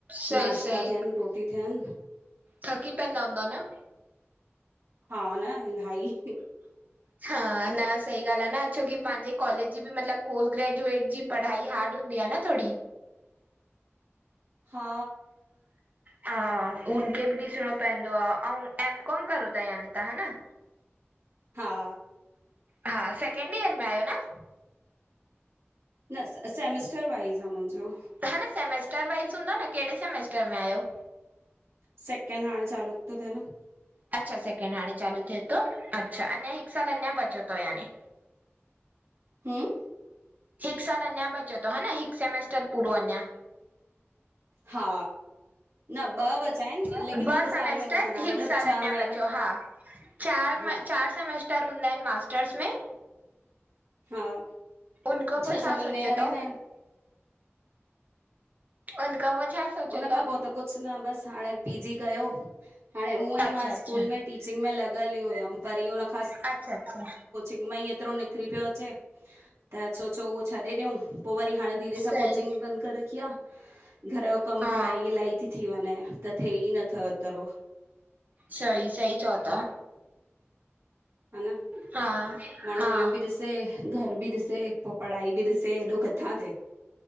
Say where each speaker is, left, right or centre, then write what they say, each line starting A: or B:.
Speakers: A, on the right; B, on the right.
A: सही
B: नाश्ता
A: सही
B: थियनि रोटी थियनि
A: थकी पेंदा हूंदव न?
B: हा न, इलाही
A: हा न सही ॻाल्हि आ न छोकी पंहिंजे कॉलेज जी बि मतलब पोल ग्रेजुएट जी पढ़ाई हार्ड हूंदी आ न थोड़ी
B: हा
A: हा उन खे बि ॾिसणो पईंदो आ। अउ, एम कॉम करो था यानी तव्हां हा न?
B: हा
A: हा, सैकेंड ईयर में आहियो न?
B: न सेमिस्टर वाइज़ आ मुंजो
A: हा न सेमेस्टर वाइज़ हूंदो न, कहिड़े सेमेस्टर में आहियो?
B: सेकंड हाणे चालू तो थे न।
A: अच्छा सैकेंड हाणे चालू थिए थो अच्छा! अञा हिक साल अञा बचियो तव याने।
B: हम्म
A: हिक साल अञा बचो तव हा न, हिक सेमेस्टर पूरो अञां।
B: हा। न ॿ बचा आहिनि
A: ॿ
B: लेकिन हिक
A: सेमेस्टर
B: साल में उहो थींदा
A: हिकु
B: मतलब
A: साल
B: छह
A: अञा
B: महीना
A: बचियो हा चार,
B: हा
A: चार सेमिस्टर हूंदा आहिनि मास्टर्स में?
B: हा
A: उन खा
B: छह
A: पो
B: छह
A: छा
B: महीने
A: सोचियो
B: जा रहंदा
A: तौ?
B: आहिनि
A: उन खा पो छा सोचियो
B: उन खां
A: तउ?
B: पोइ त कुछ न बस हाणे पी, जी कयो। हाणे उअं ई
A: अच्छा
B: मां स्कूल
A: अच्छा
B: में टीचिंग में लॻियल ही हुयमि, वरी हुन खां
A: अच्छा अच्छा
B: इनमाई एतिरो निकिरी पियो अचे त सोचो उहो छॾे ॾियऊं पो वरी हाणे धीरे
A: सही
B: सां कोचिंग बि बंद करे रखी आ। घर जो कम
A: हा
B: पढ़ाई इलाही ती थी वञे त थेई नथो एतिरो।
A: सई सई चओ ता।
B: हा न
A: हा
B: माण्हूं
A: हा
B: इहो ॿि ॾिसे घर ॿि ॾिसे पो पढ़ाई ॿि ॾिसे, एॾो किथां थिए।